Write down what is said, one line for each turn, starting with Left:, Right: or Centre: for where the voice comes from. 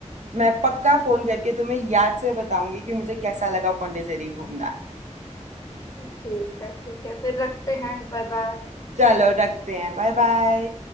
Right: मैं पक्का फ़ोन करके तुम्हें याद से बताऊंगी कि मुझे कैसा लगा पौंडीचेरी घूमना
Left: ठीक है ठीक है फिर रखते हैं Bye bye
Right: चलो रखते हैं बाय बाय